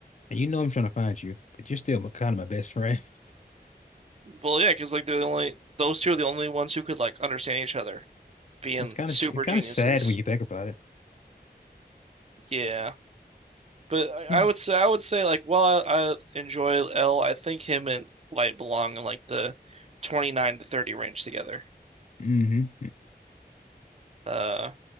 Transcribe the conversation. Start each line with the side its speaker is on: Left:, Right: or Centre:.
Left: and you know I'm trying to find you, but you're still my kind of my best friend. <laughs>
Right: Well, yeah, because like they're the only those two are the only ones who could like understand each other, being
Left: It's kind
Right: super
Left: of it's kind
Right: geniuses.
Left: of sad when you think about it.
Right: Yeah. But I
Left: Mm-hmm.
Right: I would say I would say like while I, I enjoy L, I think him and Light belong in like the 29 to 30 range together.
Left: hmm
Right: Uh,